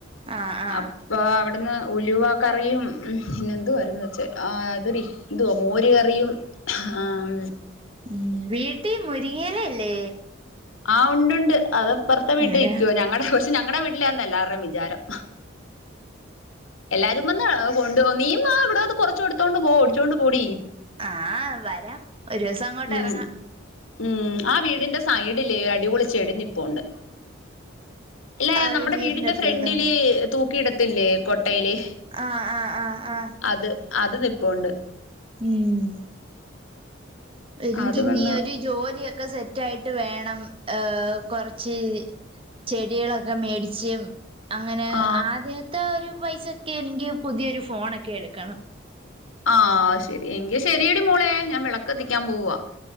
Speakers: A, on the right; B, on the left.
A: ആ ആ
B: അപ്പോ അവി- അവിടെന്ന് ഉലുവ കറിയും ഉം പിന്നെ എന്തുരുന്നു വെച്ചേ ആഹ് അതറി എന്തുവാ മോര് കറിയും. ആഹ്
A: ഉ വീട്ടിൽ മുരിങ്ങയിലല്ലേ?
B: ആഹ് ഉണ്ട് ഉണ്ട് അത്പ്പറത്തെ വീട്ടിൽ
A: അന്നേരം
B: ഇരിക്കുവോ ഞങ്ങളടെ പക്ഷെ ഞങ്ങളടെ വീട്ടില ആന്ന എല്ലാവരുടെേയും വിചാരം. എല്ലാരും വന്ന് കൊണ്ട് പോവും- എന്ന ഇവിടെന്ന് കൊറച്ച് എടു ത്തോണ്ട് പോ ഓടിച്ചോണ്ട് പോടി.
A: ആഹ് വരാം ഒരു ദിവസം അങ്ങോട്ട്
B: ഉം
A: ഇറങ്ങാം.
B: ഉം ആഹ് വീടിന്റെ സൈഡില്ലേ അടിപൊളിച്ചെടി നിപ്പുണ്ട്. ഇല്ല
A: ആ
B: നമ്മുടെ വീടിന്റെ
A: അപ്പുറത്തോ
B: ഫ്രണ്ടില് തൂക്കിയിടത്തില്ലേ കോട്ടയില്.
A: ആ ആ ആ ആ
B: അത് അത് നിപ്പുണ്ട്.
A: ഉം. എനിക്ക്
B: അത്
A: ഇനി
B: വന്ന്
A: ഒരു ജോലിയൊക്കെ സെറ്റ ആയിട്ട്- എന്നിട്ട് വേണം ഏഹ കൊറച്ച്- ചെടികളൊക്കെ മേടിച്ച്- അങ്ങനെ
B: ആ
A: ആദ്യത്തെ ഒരു പൈസൊക്കെ എനിക്ക് പുതിയ ഒരു ഫോണൊക്കെ എടുക്കണം.
B: ആഹാ ശെരി എങ്കി ശരിയടി മോളെ ഞാൻ വിളക്ക് കത്തിക്കാൻ പോവാ.